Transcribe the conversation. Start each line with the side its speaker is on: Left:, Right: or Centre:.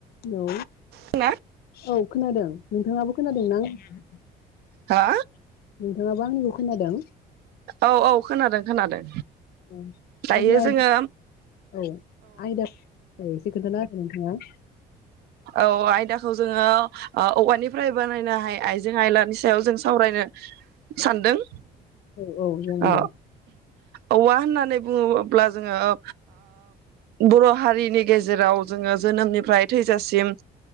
Left: हेलौ
Right: औ
Left: औ खोनादों नोंथाङाबो खोनादों नां नोंथाङाबो
Right: हा
Left: आंनिखौ खोनादों
Right: औ औ खोनादों खोनादों
Left: ओ
Right: दायो
Left: अब्ला
Right: जोङो
Left: औ आयदा औ एसे खोन्थाना होदो नोंथाङा
Right: औ आयदाखौ जोङो औवानिफ्राय बानायनो हाय आइजें आयलानि सायाव जों सावरायनो सानदों
Left: औ औ जागोन
Right: ओ
Left: दे
Right: औवा होननानै बुङोब्ला जोङो ओ बर' हारिनि गेजेराव जोङो जोनोमनिफ्राय थै जासिम